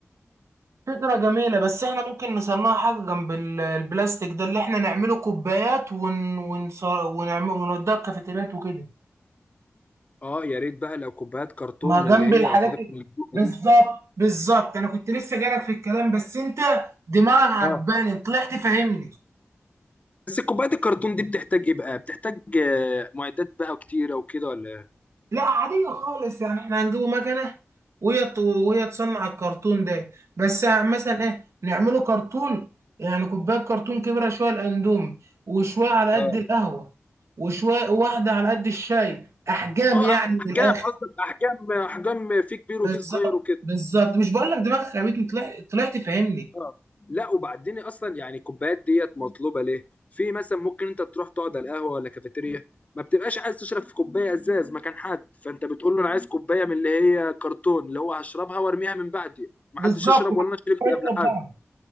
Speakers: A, on the right; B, on the left.
A: فكرة جميلة بس احنا ممكن نصنع حاجة جنب ال- البلاستيك ده اللي احنا نعمله كوبايات ون... ونص... ونعمل ونوديها الكافيتريات وكده
B: اه يا ريت بقى لو كوبايات كرتون
A: ما جنب
B: من اللي هي
A: الحاجات
B: يا صديقي
A: ال-
B: من الجبنة
A: بالظبط
B: دي
A: بالظبط انا كنت لسه جايلك في الكلام بس انت دماغك عجباني
B: اه
A: طلعت فاهمني
B: بس كوبايات الكرتون دي بتحتاج ايه بقى بتحتاج آه، معدات بقى كتيره وكده ولا إيه؟
A: لا عادية خالص يعني احنا هنجيبه مكنة وهي ت- وهي تصنع الكرتون ده بس مثلا ايه نعمله كرتون يعني كوباية كرتون كبيرة شوية الأندومي وشوية على
B: اه
A: قد القهوة وشوية واحدة على قد الشاي أحجام
B: اه
A: يعني
B: احجام
A: من الآخر
B: قصدك احجام احجام في كبير وفي
A: بس
B: صغير وكده
A: بالظبط مش بقول لك دماغك يا بيت طلعت طلعت فاهمني
B: اه لا وبعدين اصلا يعني الكوبايات ديت مطلوبه ليه في مثلا ممكن انت تروح تقعد على القهوه ولا كافيتيريا ما بتبقاش عايز تشرب في كوبايه ازاز مكان حد فانت بتقول له انا عايز كوبايه من اللي هي كرتون اللي هو هشربها وارميها من بعدي ما
A: بالظبط
B: حدش يشرب
A: <laughs> ما
B: ولا
A: تفكرش
B: انا شربت قبل
A: في
B: حد
A: بعض.